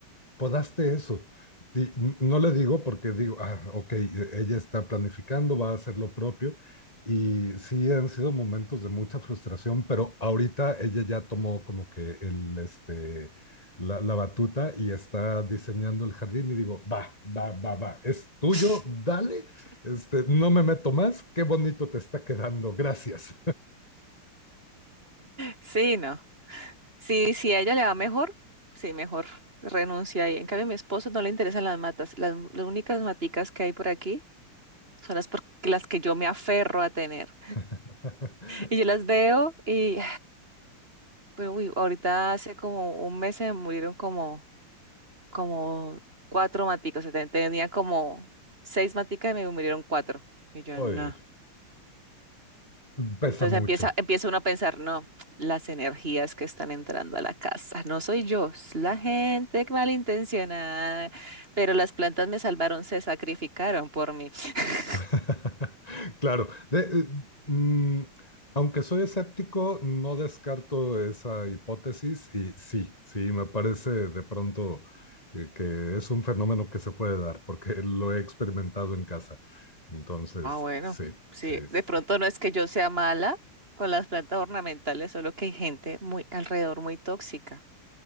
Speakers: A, on the left; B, on the right.
A: podaste eso. Y no le digo porque digo, ah, ok, ella está planificando, va a hacer lo propio. Y sí, han sido momentos de mucha frustración, pero ahorita ella ya tomó como que el, este, la, la batuta y está diseñando el jardín y digo, va, va, va, va, es tuyo,
B: <laughs>
A: dale, este, no me meto más, qué bonito te está quedando, gracias.
B: Sí, no. Sí, si a ella le va mejor, sí, mejor renuncia ahí. En cambio, a mi esposo no le interesan las matas. Las, las únicas maticas que hay por aquí son las, por, las que yo me aferro a tener.
A: <laughs>
B: Y yo las veo y Pero uy, ahorita hace como un mes se murieron como, como cuatro maticos. O sea, te- tenía como seis maticas y me murieron cuatro. Y yo
A: Hoy
B: no.
A: pesa
B: Entonces
A: mucho.
B: empieza, empieza uno a pensar, no, las energías que están entrando a la casa. No soy yo, es la gente malintencionada. Pero las plantas me salvaron, se sacrificaron por mí. <laughs>
A: <laughs> Claro. De- eh, mm, aunque soy escéptico, no descarto esa hipótesis y sí, sí, me parece de pronto eh, que es un fenómeno que se puede dar porque lo he experimentado en casa. Entonces,
B: Ah, bueno,
A: sí,
B: sí,
A: sí, sí. sí.
B: de pronto no es que yo sea mala con las plantas ornamentales, solo que hay gente muy alrededor muy tóxica.